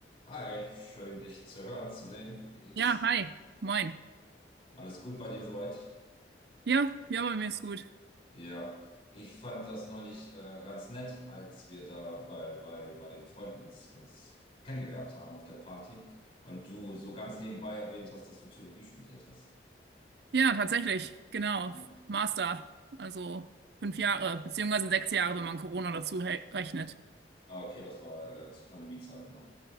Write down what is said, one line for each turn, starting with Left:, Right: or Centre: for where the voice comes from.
Left: Hi, schön dich zu hören, zu sehen. Wie geht's?
Right: Ja, hi, moin.
Left: Alles gut bei dir soweit?
Right: Ja, ja, bei mir ist gut.
Left: Ja, ich fand das neulich äh, ganz nett, als wir da bei, bei, bei den Freunden uns, uns kennengelernt haben auf der Party und du so ganz nebenbei erwähnt hast, dass du Theologie studiert hast.
Right: Ja, tatsächlich, genau.
Left: Hm.
Right: Master, also fünf Jahre, beziehungsweise sechs Jahre, wenn man Corona dazu he- rechnet.
Left: Ah, Okay, das war äh, zu Pandemiezeiten noch.